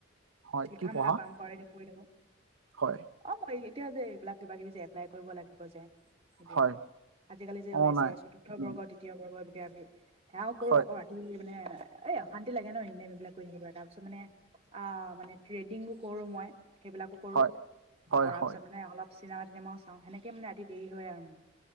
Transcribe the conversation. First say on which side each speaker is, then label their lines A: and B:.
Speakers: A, on the right (about 85°); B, on the right (about 30°).
A: হয়
B: লিখা
A: কি পঢ়া
B: মেলা কাম কৰি কৰি থাকোঁ।
A: হয়।
B: অ' মই এতিয়া যে এইবিলাক কিবা কিবি যে এপ্লাই কৰিব লাগিব যে এইবিলাক
A: হয়
B: আজিকালি যে ওলাইছে
A: অ নাই
B: চতুৰ্থ
A: উম
B: বৰ্গ, তৃতীয় বৰ্গ এই কিবা কিবি সেয়াও কৰোঁ
A: হয়
B: আকৌ ৰাত তি মানে এই অশান্তি লাগে ন' ইনে এইবিলাক কৰি থাকিব তাৰপিছত মানে আ, মানে ট্ৰেডিং কৰোঁ মই, সেইবিলাক কৰোঁ
A: হয় হয়
B: কৰাৰ
A: হয়
B: পিছত মানে অলপ চিনেমা টিনেমাও চাওঁ সেনেকে মানে ৰাতি দেৰি হয় আৰু মোৰ।